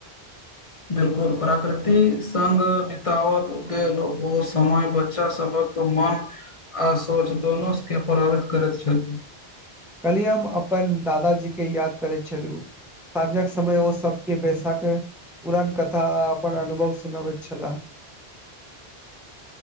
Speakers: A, on the left; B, in the centre.
A: बिल्कुल प्राकृति सङ्ग बितओल गेल ओ समय बच्चासभक मन आ सोच दुनूके प्रभावित करैत छल
B: काल्हि हम अपन दादाजी के याद करैत छलहुँ साँझक समय ओ सबके बैसाकऽ पुराण कथा आ अपन अनुभव सुनाबैत छलाह